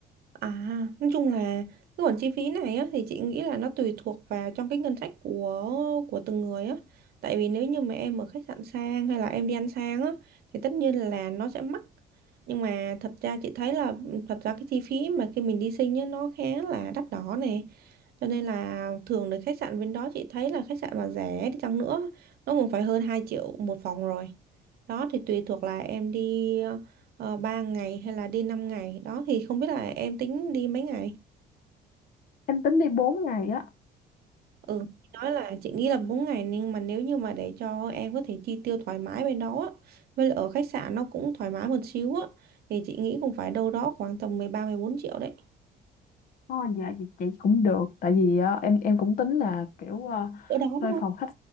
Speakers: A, on the right (about 65°); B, on the left (about 55°).
A: à nói chung là cái khoản chi phí này á thì chị nghĩ là nó tùy thuộc vào trong cái ngân sách của của từng người á tại vì nếu như mà em ở khách sạn sang hay là em đi ăn sang á thì tất nhiên là nó sẽ mắc nhưng mà thật ra chị thấy là ừ, thật ra cái chi phí mà khi mình đi sinh á nó khá là đắt đỏ nè Cho nên là thường đến khách sạn bên đó chị thấy là khách sạn mà rẻ đi chăng nữa nó cũng phải hơn 2 triệu một phòng rồi. Đó thì tùy thuộc là em đi uh, 3 ngày hay là đi 5 ngày. Đó thì không biết là em tính đi mấy ngày.
B: em tính đi 4 ngày á
A: Ừ, chị nói là chị nghĩ là bốn ngày nhưng mà nếu như mà để cho em có thể chi tiêu thoải mái bên đó á, với lại ở khách sạn nó cũng thoải mái một xíu á thì chị nghĩ cũng phải đâu đó khoảng tầm 13 bốn triệu đấy.
B: oh dạ chị, chị cũng được tại vì ờ, em em cũng tính là kiểu ờ,
A: Ở đó đúng
B: thuê
A: không?
B: phòng khách